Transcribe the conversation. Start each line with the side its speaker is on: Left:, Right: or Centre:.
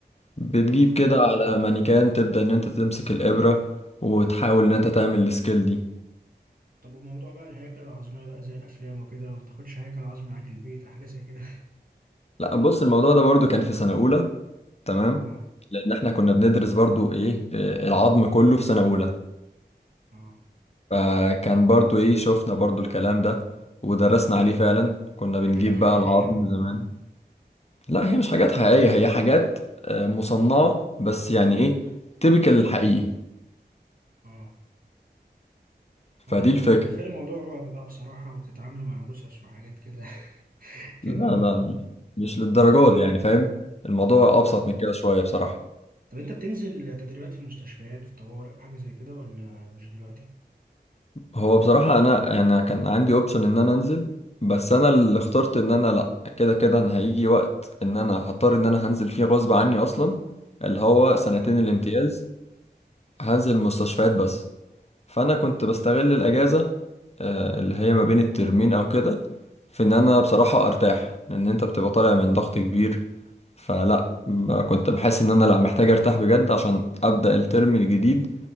Left: بتجيب
Right: اه
Left: كده على مانيكان تبدأ إن انت تمسك الإبرة وتحاول إن انت تعمل السكيل دي
Right: طب وموضوع بقى الهياكل العظمية بقى زي الأفلام وكده ما تاخدش هيكل عظمي معاك البيت أو حاجة زي كده
Left: لا بص الموضوع ده برضو كان في سنة أولى
Right: <laughs>
Left: تمام
Right: اه
Left: لأن احنا كنا بندرس برضو إيه آه، العظم كله في سنة أولى
Right: اه
Left: فكان برضو إيه شفنا برضو الكلام ده ودرسنا عليه فعلا كنا بنجيب
Right: كانت حاجات حقيقية
Left: بقى العظم
Right: بقى
Left: زمان لا هي مش حاجات حقيقية هي حاجات آه، مصنعة بس يعني إيه تبكل الحقيقي
Right: اه
Left: فدي
Right: أنا كنت
Left: الفكرة
Right: متخيل الموضوع رعب بقى بصراحة وبتتعاملوا مع جثث وحاجات كده <laughs> كان
Left: لا لا مش للدرجات دي يعني فاهم الموضوع
Right: اه آه.
Left: أبسط من كده شوية بصراحة
Right: طب أنت بتنزل تدريبات في مستشفيات في طوارئ حاجة زي كده ولا مش دلوقتي؟
Left: هو بصراحة أنا أنا كان عندي أوبشن إن أنا أنزل بس أنا اللي اخترت إن أنا لأ كده كده أنا هيجي وقت إن أنا هضطر إن أنا هنزل فيه غصب عني أصلا اللي هو سنتين
Right: اه
Left: الامتياز هنزل مستشفيات بس فأنا كنت بستغل الأجازة آه، اللي هي ما بين الترمين أو كده في إن أنا بصراحة أرتاح لأن أنت بتبقى طالع من ضغط كبير فلا ب- كنت بحس إن أنا لأ محتاج أرتاح بجد عشان أبدأ الترم الجديد